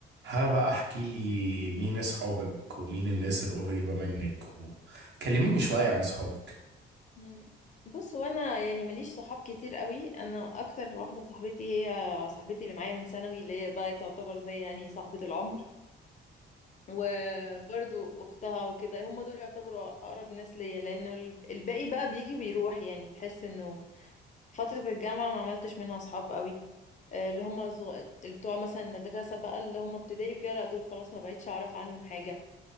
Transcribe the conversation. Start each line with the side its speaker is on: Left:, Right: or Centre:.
Right: ها بقى احكي لي مين اصحابك ومين الناس القريبة منك و... كلميني شوية عن اصحابك
Left: مم. بص هو انا يعني ماليش صحاب كتير قوي انا اكتر واحده صاحبتي هي صاحبتي اللي معايا من ثانوي اللي هي بقى تعتبر زي يعني صاحبه العمر وبرضو اختها وكده هم دول يعتبروا اقرب ناس ليا لان الباقي بقى بيجي بيروح يعني تحس انه فتره الجامعه ما عملتش منها صحاب قوي آه، اللي هم الزغ... اللي بتوع مثلا المدرسه بقى اللي هم ابتدائي وكده لا دول خلاص ما بقتش اعرف عنهم حاجه